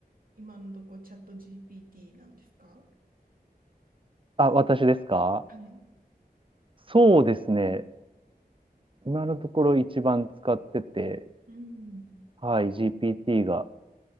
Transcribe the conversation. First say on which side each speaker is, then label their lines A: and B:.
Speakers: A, on the right (about 60°); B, on the right (about 35°).
A: 今のとこチャット GPT なんですか
B: あ、私ですか
A: はい。
B: そうですね。今のところ一番使ってて、
A: うん。
B: はい、GPT が